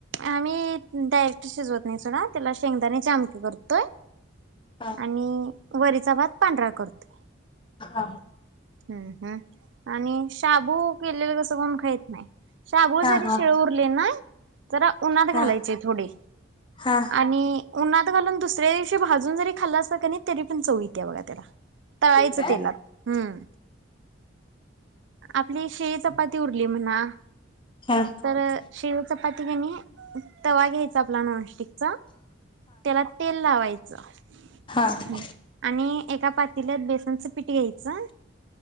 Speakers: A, on the right; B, on the left.
A: आम्ही डायरेक्ट शिजवत नाही त्याला, त्याला शेंगदाण्याची आमटी करतोय.
B: हा
A: आणि वरीचा भात पांढरा करतो.
B: हा.
A: हम्म हम्. आणि शाबू केलेले कस कोण खईत नाही. शाबु
B: हा
A: जरी
B: हा
A: शिळे उरले ना, जरा उन्हात
B: हा
A: घालायचे थोडे
B: हा हा
A: आणि उन्हात घालून दुसऱ्या दिवशी भाजून जरी खाल्लं असतं कणी तरी पण चव येतीया बघा त्याला. तळायचं
B: हा
A: तेलात हम्म. आपली शिळी चपाती उरली म्हणा
B: हा
A: तर शेव चपाती कणी तवा घ्यायचा आपला नॉनस्टिक चा त्याला तेल लावायचं
B: हा
A: आणि एका पातील्यात बेसनचं पीठ घ्यायचं